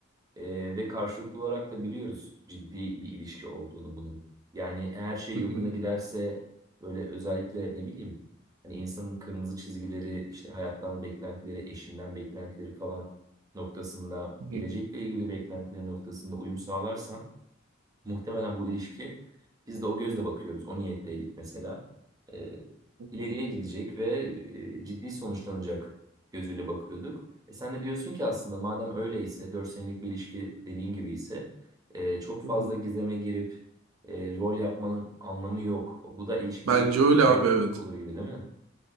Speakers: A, on the right; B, on the right.
A: e, ve karşılıklı olarak da biliyoruz ciddi bir ilişki olduğunu bunun. Yani her şey
B: hı
A: yolunda
B: hı,
A: giderse böyle özellikle ne bileyim hani insanın kırmızı çizgileri işte hayattan beklentileri, eşinden beklentileri falan noktasında
B: hı
A: gelecekle
B: hı,
A: ilgili beklentileri noktasında uyum sağlarsan Muhtemelen bu ilişki biz de o gözle bakıyoruz. O niyetteydik mesela. Ee,
B: hı
A: ileriye
B: hı,
A: gidecek ve e, ciddi sonuçlanacak gözüyle bakıyorduk. E, sen de diyorsun ki aslında madem öyleyse 4 senelik bir ilişki dediğin gibi ise e, çok fazla
B: hı hı.
A: gizeme girip e, rol yapmanın anlamı yok. Bu da ilişkiye
B: Bence
A: bir
B: öyle
A: saygısızlık
B: abi evet.
A: olur gibi değil mi?